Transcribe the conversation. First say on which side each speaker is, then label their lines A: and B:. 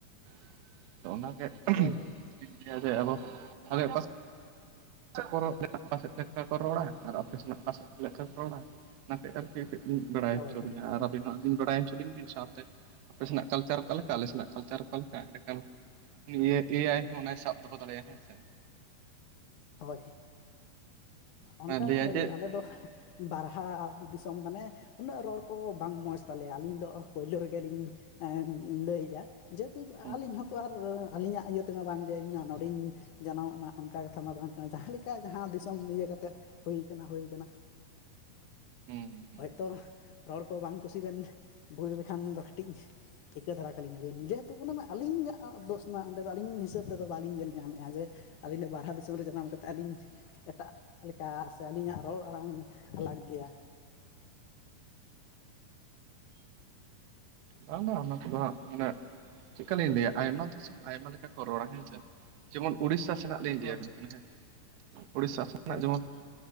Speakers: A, on the right (about 85°); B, on the left (about 75°).
A: <inaudible> ᱚᱱᱟᱜᱮ <unintelligible>
B: ᱦᱳᱭ ᱦᱳᱭ
A: ᱴᱷᱤᱠ ᱜᱮᱭᱟ ᱡᱮ ᱟᱵᱚ <unintelligible> <unintelligible> ᱠᱚ ᱨᱚᱲᱟ ᱟᱨ ᱟᱯᱮ ᱥᱮᱫ ᱚᱠᱟ ᱥᱮᱫ ᱞᱮᱠᱟ ᱠᱚ ᱨᱚᱲᱟ ᱚᱱᱟ ᱛᱮ <unintelligible> ᱵᱟᱲᱟᱭ
B: ᱦᱳᱭ
A: ᱦᱚᱪᱚ ᱵᱤᱧᱟ ᱟᱨ ᱟᱵᱤᱱ ᱦᱚᱸ ᱟᱹᱞᱤᱧ ᱵᱟᱲᱟᱭ ᱦᱚᱪᱚ ᱞᱤᱧ ᱵᱤᱱ ᱥᱟᱶᱛᱮ ᱟᱯᱮ ᱥᱮᱱᱟᱜ ᱠᱟᱞᱪᱟᱨ ᱚᱠᱟ ᱞᱮᱠᱟ ᱟᱞᱮ ᱥᱮᱱᱟᱜ ᱠᱟᱞᱪᱟᱨ ᱚᱠᱟ ᱞᱮᱠᱟ ᱮᱸᱰᱮᱠᱷᱟᱱ ᱩᱱᱤ ᱮᱼᱟᱭ ᱦᱚᱸ ᱚᱱᱟᱭ ᱥᱟᱵ ᱫᱚᱦᱚ ᱫᱟᱲᱮᱭᱟᱜ ᱦᱮᱸ ᱥᱮ
B: ᱦᱳᱭ ᱚᱱᱠᱟ
A: ᱞᱟᱹᱭᱟ
B: ᱫᱚ ᱧᱮᱞ
A: ᱡᱮ
B: ᱦᱩᱭ ᱮᱱᱟ ᱟᱞᱮ ᱫᱚ ᱵᱟᱨᱦᱟ ᱫᱤᱥᱚᱢ ᱢᱟᱱᱮ ᱩᱱᱟᱹᱜ ᱨᱚᱲ ᱠᱚ ᱵᱟᱝ ᱢᱚᱡᱽ ᱛᱟᱞᱮᱭᱟ ᱟᱹᱞᱤᱧ ᱫᱚ ᱯᱳᱭᱞᱳ ᱨᱮᱜᱮ ᱞᱤᱧ ᱮᱸ ᱞᱟᱹᱭᱮᱫᱼᱟ ᱡᱮ ᱦᱮᱛᱩ
A: ᱦᱩᱸ
B: ᱟᱹᱞᱤᱧ ᱦᱚᱸ ᱛᱚ ᱟᱨ ᱟᱹᱞᱤᱧᱟᱜ ᱤᱭᱟᱹ ᱛᱮᱢᱟ ᱵᱟᱝ ᱜᱮ ᱤᱧᱢᱟ ᱱᱚᱰᱮᱧ ᱡᱟᱱᱟᱢᱚᱜ ᱢᱟ ᱚᱱᱠᱟ ᱠᱟᱛᱷᱟ ᱢᱟ ᱵᱟᱝ ᱠᱟᱱᱟ ᱡᱟᱦᱟᱸ ᱞᱮᱠᱟ ᱡᱟᱦᱟᱸ ᱫᱤᱥᱚᱢ ᱤᱭᱟᱹ ᱠᱟᱛᱮᱫ ᱦᱩᱭ ᱠᱟᱱᱟ ᱦᱩᱭ ᱠᱟᱱᱟ
A: ᱦᱩᱸ
B: ᱦᱳᱭᱛᱳ ᱨᱚᱲ ᱠᱚ ᱵᱟᱝ ᱠᱩᱥᱤ ᱵᱮᱱ ᱵᱩᱡᱽ ᱞᱮᱠᱷᱟᱱ ᱫᱚ ᱠᱟᱹᱴᱤᱡ ᱤᱠᱟᱹ ᱫᱷᱟᱨᱟ ᱠᱟᱞᱤᱧᱟ ᱵᱤᱱ ᱡᱮ ᱦᱮᱛᱩ ᱚᱱᱟ ᱢᱟ ᱟᱹᱞᱤᱧᱟᱜ ᱫᱳᱥ ᱤᱧᱡᱟ ᱚᱸᱰᱮ ᱫᱚ ᱟᱹᱞᱤᱧ ᱦᱤᱥᱟᱹ ᱛᱮᱫᱚ ᱵᱟᱞᱤᱧ ᱧᱮᱞ ᱧᱟᱢᱮᱫᱼᱟ ᱡᱮ ᱟᱹᱞᱤᱧ ᱫᱚ ᱵᱟᱨᱦᱟ ᱫᱤᱥᱚ ᱡᱟᱱᱟᱢ ᱠᱟᱛᱮ ᱟᱹᱞᱤᱧ ᱮᱴᱟᱜ ᱞᱮᱠᱟ ᱥᱮ ᱟᱹᱞᱤᱧᱟᱜ ᱨᱚᱲ ᱟᱲᱟᱝ ᱟᱞᱟᱜᱽ ᱜᱮᱭᱟ
A: ᱵᱟᱝ ᱵᱟᱝ ᱚᱱᱟ ᱠᱚᱫᱚ ᱦᱟᱸᱜ ᱢᱟᱱᱮ ᱪᱮᱠᱟ ᱞᱤᱧ ᱞᱟᱹᱭᱟ ᱟᱭᱢᱟ ᱫᱤᱥᱚᱢ ᱟᱭᱢᱟ ᱞᱮᱠᱟ ᱠᱚ ᱨᱚᱲᱟ ᱦᱮᱸᱪᱮ ᱡᱮᱢᱚᱱ ᱩᱲᱤᱥᱥᱟ ᱥᱮᱱᱟᱜ ᱞᱤᱧ ᱞᱟᱹᱭ
B: ᱦᱳᱭ
A: ᱟᱹᱵᱤᱱ ᱠᱟᱱᱟ ᱦᱮᱸ ᱩᱲᱤᱥᱥᱟ ᱥᱮᱱᱟᱜ
B: ᱦᱳᱭ
A: ᱡᱮᱢᱚᱱ